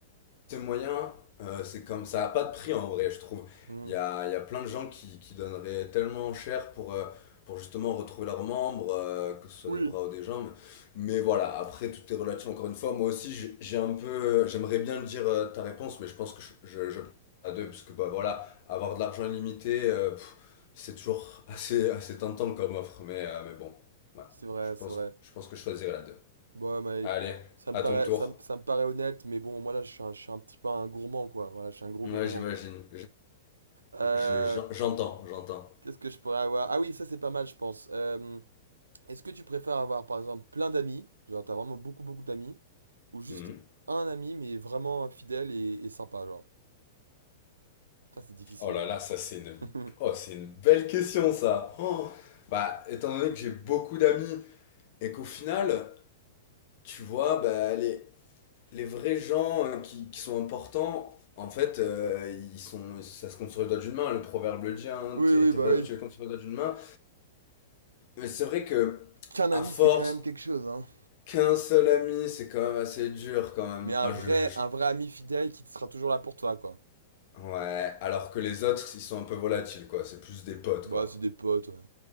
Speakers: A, on the left (about 50°); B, on the right (about 80°).
A: c'est moyen, euh, c'est comme ça n'a pas de prix en vrai, je trouve.
B: Hmm.
A: Il y a, il y a plein de gens qui, qui donneraient tellement cher pour, euh, pour justement retrouver leurs membres, euh, que ce soit
B: Oui.
A: des bras ou des jambes. Mais voilà, après tout est relatif encore une fois. Moi aussi, j'ai j'ai un peu, j'aimerais bien dire euh, ta réponse, mais je pense que je, je, je à deux, parce que bah voilà, avoir de l'argent illimité, euh, pff, c'est toujours <laughs> assez, assez tentant comme offre. Mais, euh, mais bon, ouais,
B: C'est vrai,
A: je
B: c'est
A: pense,
B: vrai.
A: je pense que je choisirais la deux.
B: Bon, mais
A: Allez,
B: ça me
A: à
B: paraît,
A: ton tour.
B: ça, me ça me paraît honnête, mais bon, moi là, je suis un, je suis un petit peu un gourmand, quoi. Voilà, je suis un gros
A: Ouais,
B: gourmand.
A: j'imagine.
B: Euh,
A: Je, j'en- j'entends, j'entends.
B: qu'est-ce que je pourrais avoir? Ah oui, ça c'est pas mal, je pense. Euh, Est-ce que tu préfères avoir, par exemple, plein d'amis, genre t'as vraiment beaucoup beaucoup d'amis, ou juste
A: Hmm.
B: un ami mais vraiment fidèle et, et sympa, genre? Ça c'est difficile.
A: Oh là
B: hein.
A: là, ça c'est une...
B: <laughs>
A: Oh, c'est une belle question ça. Oh. Bah, étant donné que j'ai beaucoup d'amis et qu'au final, tu vois, bah, les, les vrais gens euh, qui, qui sont importants, en fait, euh, ils sont, ça se compte sur les doigts d'une main. Le proverbe le dit, hein,
B: Oui,
A: tes,
B: oui,
A: tes
B: bah
A: vrais amis,
B: oui.
A: tu les comptes sur les doigts d'une main. Mais c'est vrai que,
B: Qu'un ami,
A: à force,
B: c'est quand même quelque chose, hein.
A: qu'un seul ami, c'est quand même assez dur quand même.
B: Mais un
A: Ah,
B: vrai,
A: je- je- je-
B: un vrai ami fidèle qui te sera toujours là pour toi, quoi.
A: Ouais, alors que les autres, ils sont un peu volatiles, quoi. C'est plus des potes,
B: Bah
A: quoi.
B: c'est des potes, ouais.